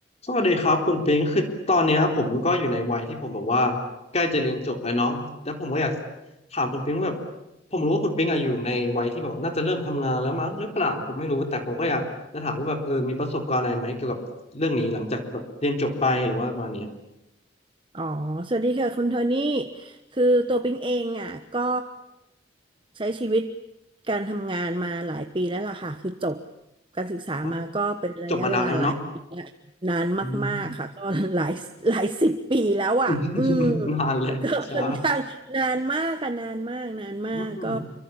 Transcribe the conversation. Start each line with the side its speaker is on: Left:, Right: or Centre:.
Left: สวัสดีครับคุณปิงคือตอนเนี้ยผมก็อยู่ในวัยที่ผมแบบว่าใกล้จะเรียนจบแล้วเนาะแล้วผมก็อยากถามคุณปิงว่าแบบผมรู้ว่าคุณปิงอะอยู่ในวัยที่แบบว่าน่าจะเริ่มทำงานแล้วมั้งหรือเปล่าผมไม่รู้แต่ผมก็อยากจะถามว่าแบบเออมีประสบการณ์อะไรไหมเกี่ยวกับเรื่องนี้หลังจากแบบเรียนจบไปหรือว่าประมาณเนี้ย
Right: อ๋อ สวัสดีค่ะคุณโทนี่คือตัวปิ๊งเองอ่ะก็ใช้ชีวิตการทำงานมาหลายปีแล้วล่ะค่ะ คือจบการศึกษามาก็เป็นระยะเวลาหลายปีแล้วนานมากๆค่ะก็
Left: เพราะจบมานานแล้วเนาะอืม
Right: <laughs> หลายหลายสิบปีแล้วอ่ะอืม
Left: <laughs> นานเลยใช่
Right: ก็ค่อนข้างนานมากค่ะนานมากนานมากก็
Left: อืม